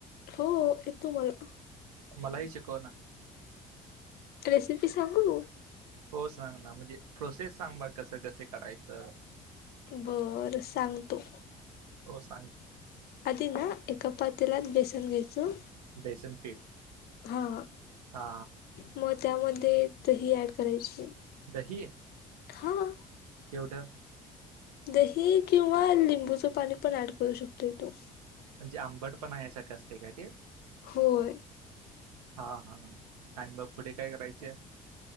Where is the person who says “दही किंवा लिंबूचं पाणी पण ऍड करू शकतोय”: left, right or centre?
Left